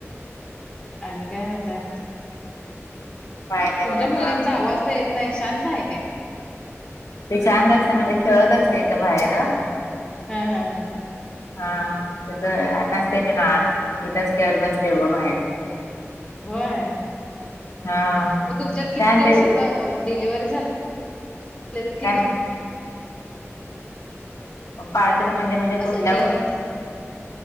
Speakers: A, on the left (about 25°); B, on the left (about 85°).
A: आणि काय म्हणताय?
B: काय नाही
A: तुमच्या
B: बघा
A: मुलींचा
B: निवांत
A: आवाज तर येत नाही. शांत हाय काय?
B: ते शांत असते. म्हणजे, खेळत असते इथं बाहेर.
A: हा, हा, हा.
B: हा. ते आताच तेेत आत. इथच खेळत बसते उघं बाहेर.
A: होय.
B: हा.
A: मग तुमच्यात किती
B: शांत
A: दिवस
B: आहे
A: आता,
B: ती
A: डिलिव्हरी झा <unintelligible> किती?
B: काय बाळतीन म्हणजे, म्हणजे
A: असं
B: पूजल्यावर.